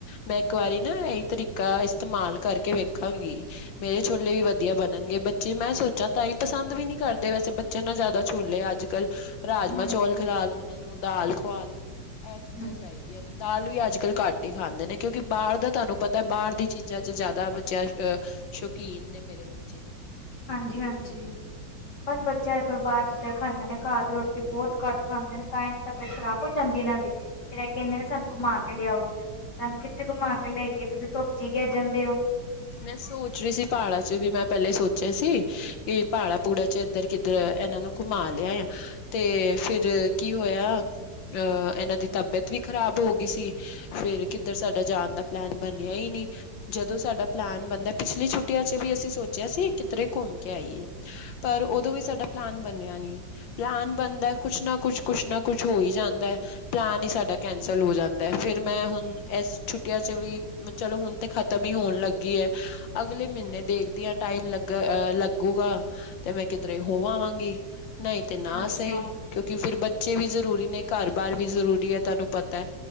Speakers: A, on the left; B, on the left.
A: ਮੈਂ ਏਕ ਵਾਰੀ ਨਾ ਐਈ ਤਰੀਕਾ ਇਸਤੇਮਾਲ ਕਰਕੇ ਵੇਖਾਂਗੀ। ਮੇਰੇ ਛੋਲੇ ਵੀ ਵਧੀਆ ਬਨਨਗੇ, ਬੱਚੇ ਮੈਂ ਸੋਚਾਂ ਤਾ ਈ ਪਸੰਦ ਵੀ ਨੀ ਕਰਦੇ ਵੈਸੇ ਬਚ ਚਨਾ ਜਾਦਾ ਛੋਲੇ ਅੱਜ-ਕੱਲ ਰਾਜਮਾਂ
B: ਹਾਂਜੀ
A: ਚੋਲ ਖਿਲਾ ਲੋ ਓਨਾਂ ਨੂੰ, ਦਾਲ ਖਵਾ ਲੋ, ਐ ਚੀਜ਼ਾਂ
B: ਹਮ
A: ਚਾਈਦੀ। ਯਾਨੀ ਦਾਲ ਵੀ ਅੱਜ-ਕੱਲ ਘੱਟ ਈ ਖਾਂਦੇ ਨੇ ਕਿਉ ਕਿਉ ਬਾਰ ਦਾ ਤਾਨੂੰ ਪਤਾ ਬਾਰ ਦੀ ਚੀਜ਼ਾ ਚ ਜਾਦਾ ਬੱਚੇਆ ਅ ਸ਼ੌਕੀਨ ਨੇ ਮੇਰੇ ਬੱਚੇ
B: ਹਾਂਜੀ, ਹਾਂਜੀ ਬੱਸ ਬੱਚਿਆ <unintelligible> ਬਾਰ ਚੀਜ਼ਾਂ ਖਾਂਦੇ ਨੇ ਘਰ ਦੀ ਰੋਟੀ ਬੋਤ ਘੱਟ ਖਾਂਦੇ ਨੇ, ਤਾਂ ਈ ਤਬੀਅਤ ਖਰਾਬ ਹੋ ਜਾਂਦੀ ਏਨਾ ਦੀ ਫੇਰ ਐ ਕੈਂਦੇ ਨੇ ਸਾਨੂੰ ਘੁਮਾ ਕੇ ਲਿਆਓ, ਸਾਨੂੰ
A: ਹਾਂ।
B: ਕਿੱਥੇ ਘੁਮਾ ਕੇ ਲੈ ਕੇ ਤੁਸੀ ਧੋੱਪ ਚ ਈ ਗਿਰ ਜਾਂਦੇ ਓ।
A: ਮੈਂ ਸੋਚ ਰਹੀ ਸੀ ਪਹਾੜਾਂ ਚ ਵੀ ਮੈਂ ਪਹਿਲੇ ਸੋਚਿਆ ਸੀ, ਕਿ ਪਾੜਾ ਪੂੜਾ ਚ ਇੱਧਰ-ਕਿੱਧਰ ਇਹਨਾਂ ਨੂੰ। ਘੁਮਾ ਲਿਆਏ, ਤੇ ਫਿਰ ਕੀ ਹੋਇਆ ਅਹ ਇਹਨਾਂ ਦੀ ਤਬੀਅਤ ਵੀ ਖ਼ਰਾਬ ਹੋ ਗਈ ਸੀ ਫੇਰ ਕਿੱਧਰ ਸਾਡਾ ਜਾਣ ਦਾ ਪਲੈਨ ਬਣਿਆ ਹੀ ਨਹੀਂ ਜਦੋਂ ਸਾਡਾ ਪਲਾਨ ਬਣਦਾ ਪਿਛਲੀ ਛੁੱਟੀਆਂ ਚ ਵੀ ਅਸੀਂ ਸੋਚਿਆ ਸੀ, ਕਿੱਧਰੇ ਘੁੰਮ ਕੇ ਆਈਏ। ਪਰ ਉਦੋਂ ਵੀ ਸਾਡਾ ਪਲਾਨ ਬਣਿਆ ਨੀ। ਪਲਾਨ ਬਨਦਾ ਕੁਛ ਨਾ ਕੁਛ, ਕੁਛ ਨਾ ਕੁਛ ਹੋ ਈ ਜਾਂਦਾ। ਪਲਾਨ ਈ ਸਾਡਾ ਕੈਂਸਲ ਹੋ ਜਾਂਦੈ, ਫੇਰ ਮੈਂ ਹੁਨ ਐਸ ਛੁੱਟੀਆਂ ਚ ਵੀ, ਚਲੋ ਹੁਨ ਤੇ ਖਤਮ ਈ ਹੋਨ ਲੱਗ ਕਿ ਐ ਅਗਲੇ ਮੀਨੇ ਦੇਖਦੀ ਆਂ ਟਾਈਮ ਲੱਗਾ ਅ ਲੱਗੂਗਾ। ਤੇ ਮੈਂ ਕਿੱਧਰੇ ਹੋ ਆਵਾਂਗੀ, ਨਈਂ ਤੇ ਨਾ
B: ਅੱਛਾ।
A: ਸਈ ਕਿਉਕਿ ਫੇਰ ਬੱਚੇ ਵੀ ਜ਼ਰੂਰੀ ਨੇ, ਘਰ ਬਾਰ ਵੀ ਜ਼ਰੂਰੀ ਐ ਤੁਹਾਨੂੰ ਪਤਾ